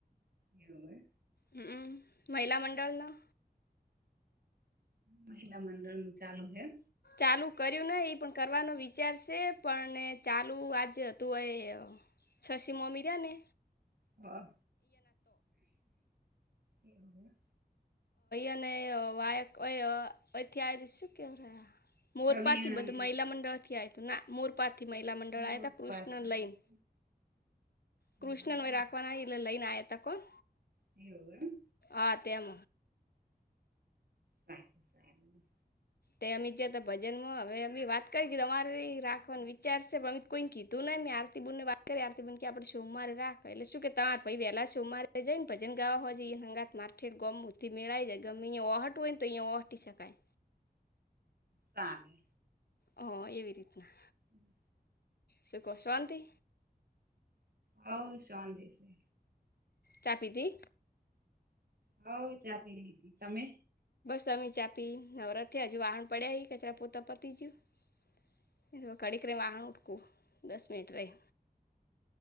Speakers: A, on the right (about 65°); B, on the left (about 70°).
A: એવું હે.
B: હું મહિલા મંડળ ના
A: મહિલા મંડળ નું ચાલુ હેમ‌
B: ચાલુ કર્યું ને એ પણ કરવાનો વિચાર છે પણ ચાલુ આજે હતું એ છશી મોમી રહ્યાને
A: હા એ
B: અને વાય અથી આ શું કેવ રહ મોરપાથી
A: રવિયાણાથી
B: બધું મહિલા મંડળ થી આવ તું ના મોરપા મહિલા મંડળ
A: મોરપાથી
B: આવ્યા હતા કૃષ્ણને લઈન
A: હમ
B: કૃષ્ણને રાખવાના એટલે લઈ ને આયા હતા કોણ.
A: એવું એમ.
B: હા તેમ.
A: <inaudible> સારી
B: તે અમે જ તો ભજનમાં હવે અમે વાત કરી તમારે રાખવાનું વિચારશે પણ અમે કોઈ કીધું ન આરતી બુનને વાત કરી આરતી બેન કે આપણે સોમવારે રાખ એટલે શું કે તા ભાઈ વહેલા સોમવારે જઈને ભજન ગાવા ંગાત માર્કેટ ગમથી <unintelligible> મેળવી જાય ગમે અયા ઓહટ હોય ને તો અહંયા ઓહટી શકાય.
A: ચાલે.
B: હ એવી રીતના.
A: હમ.
B: શું કહો શાંતિ
A: હવ શાંતિ છે.
B: ચા પીધી.
A: હવ ચા પી લીધી તમે.
B: સમી ચા પી નવરા થયા હજુ વાહણ પડ્યા ઈ કચરા પોતા બીજું કડીકરે વા દસ મિનટ રહી.